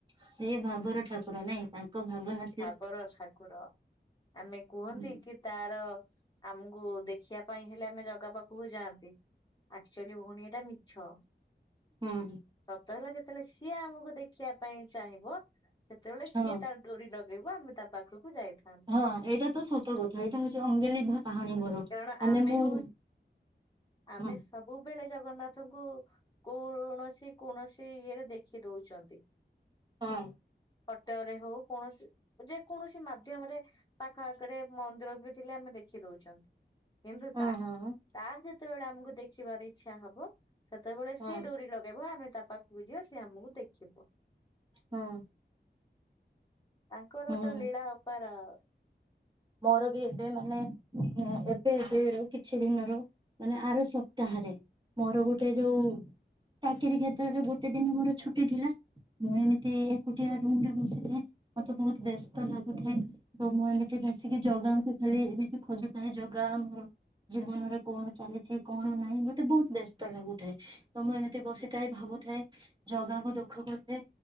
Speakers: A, on the right; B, on the left.
A: ସେ ଭାବର ଠାକୁର ନାଇଁ ତାଙ୍କ ଭାବନା
B: ଭାବର ଠାକୁର ଆମେ କୁହନ୍ତି
A: ହୁଁ।
B: କି ତାର ଆମକୁ ଦେଖିବା ପାଇଁ ହେଲେ ଆମେ ଜଗା ପ କୁ ଯାଆନ୍ତି ଆକ୍ଚୁଆଲି ଭଉଣୀ ଏଇଟା ମିଛ।
A: ହୁଁ।
B: ସତ ହେଲା ଯେତେବେଳେ ସିଏ ଆମକୁ ଦେଖିବା ପାଇଁ ଚାହିଁବ ସେତେବେଳେ
A: ହଁ
B: ସିଏ ତାର ଡୋରି ଲଗେଇବ ଆମେ ତା ପାଖକୁ ଯାଇଥାନ୍।
A: ହଁ ଏଇଟା ତ ସତ କଥା ଏଇଟା ହଉଛି ଅଙ୍ଗେଲିଭା କାହାଣୀ ମୋର
B: କାରଣ
A: ମାନେ
B: ଆମେ
A: ମୁଁ
B: ହଉ ଆମେ
A: ହଁ
B: ସବୁବେଳେ ଜଗନ୍ନାଥଙ୍କୁ କୌଣସି କୌଣସି ଇଏରେ ଦେଖି ଦଉଚନ୍ତି।
A: ହଁ।
B: ଫଟରେ ହଉ କୌଣସି ଯେ କୌଣସି ମାଧ୍ୟମରେ ପାଖ ଆଖରେ ମନ୍ଦିର ବି ଥିଲେ ଆମେ ଦେଖି ଦଉଛନ୍ତି। କିନ୍ତୁ
A: ହଁ
B: ତାକ୍
A: ହଁ
B: ତାର ଯେତେବେଳେ ଆମକୁ ଦେଖିବାର ଇଚ୍ଛା ହବ ସେତେବେଳେ
A: ହଁ
B: ସିଏ ଡୋରି ଲଗେଇବ ଆମେ ତା ପାଖକୁ ଯିବା ସିଏ ଆମକୁ ଦେଖିବ।
A: ହଁ
B: ତାଙ୍କର
A: ହୁଁ।
B: ତ ଲୀଳା ଅପାର।
A: ମୋର ବି ଏବେ ମାନେ ଏବେ ଏବେରୁ କିଛି ଦିନରୁ ମାନେ ଆର ସପ୍ତାହରେ ମୋର ଗୋଟେ ଯୋଉ ଚାକିରୀ କ୍ଷେତ୍ରରେ ଗୋଟେ ଦିନି ମୋର ଛୁଟି ଥିଲା। ମୁଁ ଏମିତି ଏକୁଟିଆ ରୁମରେ ବସିଥାଏଁ ମତେ ବହୁତ ବ୍ୟସ୍ତ ଲାଗୁଥାଏ ତ ମୁଁ ଏମି ଟିକେ ବସିକି ଜଗ ଆମକୁ ଖାଲି ଏମିତି ଖୋଜୁଥାଏ ଜଗା ଆମର ଜୀବନରେ କଣ ଚାଲିଛି କଣ ନାଇଁ ମତେ ବହୁତ ବ୍ୟସ୍ତ ଲାଗୁଥାଏ। ତ ମୁଁ ଏମିତି
B: ଆଚ୍ଛା
A: ବସିଥାଏ ଭାବୁଥାଏ। ଜଗାକୁ ଦୁଃଖ କରାଏ